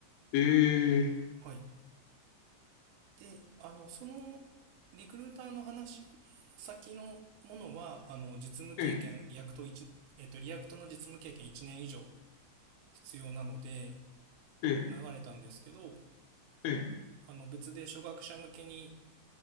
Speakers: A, on the left; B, on the right.
A: ええ、
B: はい、であのそのリクルーターの話の先のものはあの実務経験リアクト1、
A: ええ、
B: えっとリアクトの実務経験1年以上必要なので
A: ええ、
B: 流れたんですけど
A: ええ。
B: あの別で初学者向けに